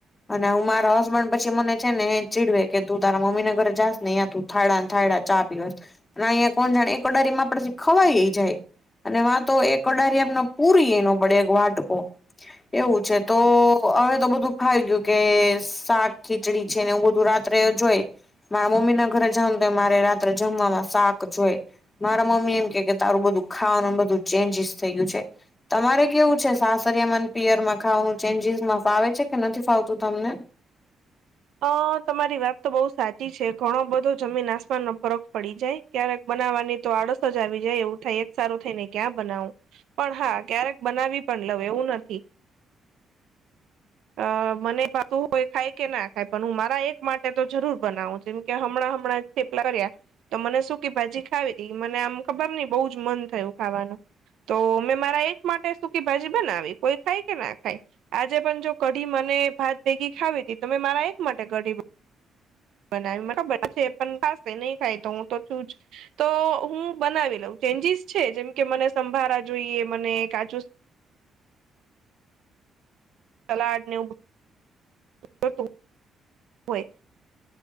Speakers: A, on the left; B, on the right.
A: અને હું, મારા હસબન્ડ પછી. પછી મને છે ને એ ચીડવે કે, તું મમ્મીના ઘરે જઈશ ને, ત્યાં તું થાળડા ને થાળડા ચા પીવશ. ના અહીંયા કોણ જાણે એ કડાઈમાં આપડું ખવાઈ જાય. અને ત્યાં તો એ કડાઈમાં આપણે પૂરી એ ન પડે, એક વાટકો. એવું છે તો હવે તો બધું ખાઈ ગયું કે શાક? ખીચડી છે ને, એવું બધું રાત્રેજ હોએ. મારા મમ્મીના ઘરે જાઉ તો મારે રાત્રે જમવામાં શાક જોઈએ. મારા મમ્મી એમ કહે કે, તારું બધું ખાવાનું બધું ચેન્જીસ થઈ ગયું છે. તમારે કેવું છે, સાસરિયામાં અને પિયરમાં ખાવાનું ચેન્જીસમાં ફાવે છે કે નથી ફાવતું તમને?
B: આ તમારી વાત તો બહુ સાચી છે, ઘણો બધો જમીન-આસમાનનો ફરક પડી જાય. ક્યારેક બનાવવાની તો આડસ જ આવી જાય, એવું થાય એક સારું થઈને ક્યાં બનાવું? પણ હા, ક્યારેક બનાવી પણ લઉં, એવું નથી. અ મને ખાધું હોય, ખાય કે ના ખાય, પણ હું મારા એક માટે તો જરૂર બનાવું, જેમ કે હમણાં હમણાં થેપલાં કયા તો મને સૂકી ભાજી ખાવી તી મને આમ ખબર નહીં, બહુ જ મન થયું ખાવાનું. તો મેં મારા એક માટે સૂકી ભાજી બનાવી. કોઈ ખાય કે ના ખાય, આજે પણ જો કઢી મને ભાત ભેગી ખાવી હતી, એટલે મેં મારા એક માટે કઢી. બનાવી. મને ખબર છે એ પણ પાસે નહીં ખાય, તો હું તો છું જ. તો હું બનાવી લઉં, ચેન્જીસ છે. જેમ કે મને સંભારાં જોઈએ, મને કાચું. સલાડ ને એવું. શું? હોય.